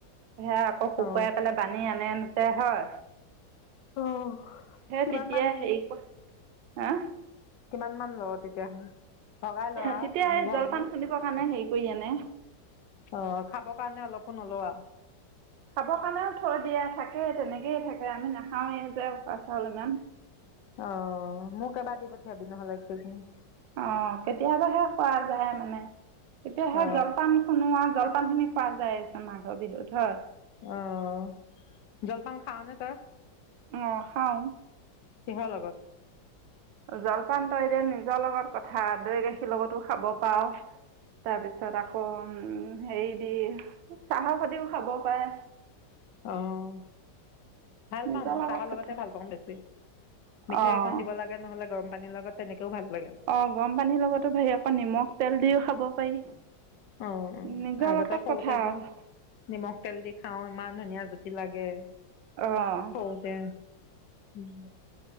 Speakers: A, on the right (about 80°); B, on the left (about 70°).
A: সেয়া আকৌ শুকুৱাই
B: অ
A: পেলাই বানি আনেতে হয়।
B: অ
A: সেই
B: কিমান
A: তেতিয়া
B: মান
A: হেৰি <unintelligible>
B: কিমান মান লৱ তেতিয়া ভগাই ল আৰু
A: তেতিয়া হেৰি
B: ঘৰ
A: জলপান
B: মেলি
A: খুন্দিব কাৰণে হেৰি কৰি আনে।
B: অ' খাবৰ কাৰণে অলপো নলৱ আ।
A: খাবৰ কাৰনেও থৈ দিয়া থাকে, তেনেকেই থাকে, আমি নাখাওঁৱেই যে উখুৱা চাউল ইমান
B: অ' মোক এইবাৰ দি পঠিয়াবি নহ'লে এক কেজি মান
A: অ' কেতিয়াবাহে খোৱা যায় মানে। তেতিয়াহে
B: অ
A: জলপান খুন্দু আ। জলপানখিনি খোৱা যায় মাঘৰ বিহুত হয়।
B: অ' জলপান খাৱ নে তই?
A: অ খাঁও।
B: কিহৰ লগত?
A: জলপান তই এতিয়া নিজৰ লগত কথা, দৈ গাখীৰ লগতো খাব পাৰ। তাৰপিছত আকৌ উম হেৰি দি চাহৰ সতিও খাব পাৰে।
B: অঁ। ভাল
A: নিজৰ
B: পাওঁ মই
A: লগত
B: চাহৰ লগতে
A: কথা
B: ভাল পাওঁ বেছি। মিঠৈ
A: অঁ
B: অকন দিব লাগ গে, নহলে গৰম পানীৰ লগত তেনেকেও ভাল লাগে।
A: অ গৰম পানীৰ লগতো ভাই আকৌ নিমখ তেল দিও খাব পাৰি।
B: অঁ অঁ
A: নিজৰ
B: আগতে
A: লগত
B: সৰুতে
A: কথা আৰু
B: যে নিমখ তেল দি খাওঁ ইমান ধুনীয়া জুতি লাগে!
A: অঁ।
B: সৰুতে, উম।